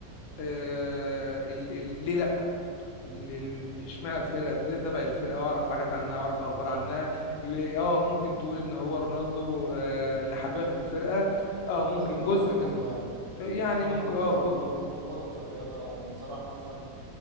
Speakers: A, on the left (about 70°); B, on the right (about 50°).
A: آه، ال- ال- ليه لل- اشمعنى الفرقه ابتديت اتابع الفرقه واعرف حاجات عنها واعرف اخبار عنها ل- اه ممكن تقول ان هو رونالدو آه، اللي حببك في الفرقه اه ممكن
B: تعتبر
A: جزء
B: رونالدو
A: منه
B: قدوة يعني
A: يعني
B: انت ممكن
A: ممكن
B: تكون بتعتبر
A: اه كله
B: رونالدو قدوة في الرياضة وصلاح مثلا